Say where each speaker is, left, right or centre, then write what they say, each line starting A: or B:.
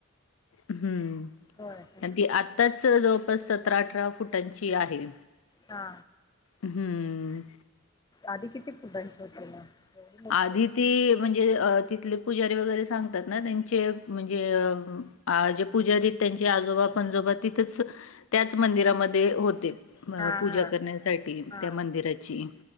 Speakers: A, on the left; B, on the left.
A: हम आणि
B: होय होय.
A: ती आत्ताच जवळपास सतरा-अठरा फुटांची आहे.
B: हा!
A: हम्म!
B: आधी किती फुटांचे होते मग? एवढी मोठी
A: आधी
B: होती
A: ती म्हणजे तिथले पुजारी वगैरे सांगतात ना त्यांचे म्हणजेे जे पुजारी त्यांचे आजोबा पंजोबा तिथच त्याच मंदिरामध्ये होते.
B: हा
A: पूजा
B: हा
A: करण्यासाठी,
B: हा
A: त्या मंदिराची,